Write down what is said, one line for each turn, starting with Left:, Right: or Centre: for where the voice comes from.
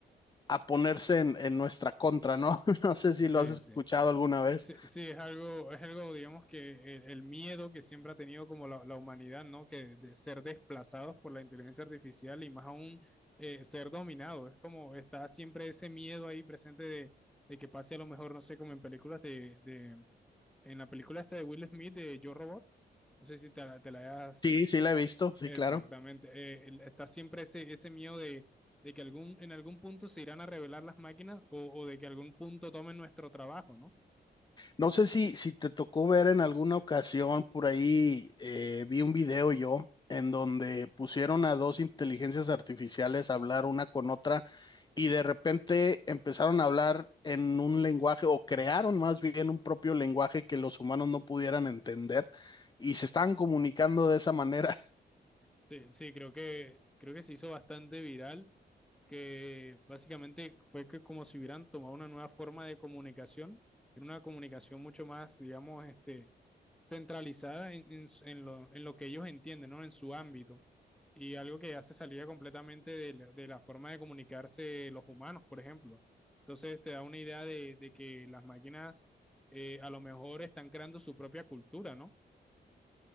Left: a ponerse en, en nuestra contra, ¿no? <laughs> No sé si
Centre: Sí,
Left: lo has escuchado
Centre: sí.
Left: alguna
Centre: Sí,
Left: vez.
Centre: sí, es algo, es algo, digamos que el, el miedo que siempre ha tenido como la, la humanidad, ¿no? Que de ser desplazados por la inteligencia artificial y más aún eh, ser dominado. Es como está siempre ese miedo ahí presente de, de que pase a lo mejor, no sé, como en películas de, de, en la película esta de Will Smith de Yo Robot, no sé si te, la- te la hayas
Left: Sí, sí la he visto, sí,
Centre: exactamente,
Left: claro.
Centre: eh, el- está siempre ese, ese miedo de, de que algún, en algún punto se irán a revelar las máquinas o, o de que algún punto tomen nuestro trabajo, ¿no?
Left: No sé si, si te tocó ver en alguna ocasión por ahí, eh, vi un video yo en donde pusieron a dos inteligencias artificiales a hablar una con otra y de repente empezaron a hablar en un lenguaje o crearon más bien un propio lenguaje que los humanos no pudieran entender y se estaban comunicando de esa manera.
Centre: Sí, sí, creo que, creo que se hizo bastante viral, que básicamente fue que como si hubieran tomado una nueva forma de comunicación, era una comunicación mucho más, digamos, este, centralizada en, en s- en lo, en lo que ellos entienden, ¿no? En su ámbito. Y algo que ya se salía completamente de la, de la forma de comunicarse los humanos, por ejemplo. Entonces te da una idea de, de que las máquinas eh, a lo mejor están creando su propia cultura, ¿no?